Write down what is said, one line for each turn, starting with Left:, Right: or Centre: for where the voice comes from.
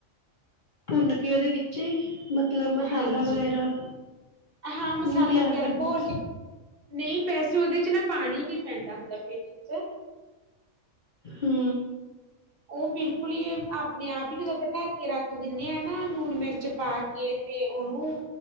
Left: ਭੁੰਨ ਕਿ ਉਹਦੇ ਵਿਚਏ ਹੀ ਮਤਲਬ ਮਸਾਲਾ
Right: ਹਾਂਜੀ
Left: ਵਗੈਰਾ
Right: ਹਾਂ ਮਸਾਲਾ
Left: ਨੀ ਤਿਆਰ
Right: ਵਗੈਰਾ
Left: ਕਰਨਾ
Right: ਘੋਲ ਨਹੀਂ ਵੈਸੇ ਉਹਦੇ ਚ ਨਾ ਪਾਣੀ ਨੀ ਪੈਂਦਾ ਹੁੰਦਾ ਪੇਠੇ ਚ
Left: ਹੂੰ।
Right: ਉਹ ਬਿਲਕੁਲ ਹੀ ਆਪਣੇ ਆਪ ਹੀ ਜਦੋਂ ਆਪਾਂ ਤਕ ਕੇ ਰੱਖ ਦਿੰਦੇ ਹਾਂ ਨਾ ਨੁੰਣ ਮਿਰਚ ਪਾ ਕੇ ਤੇ ਉਹਨੂੰ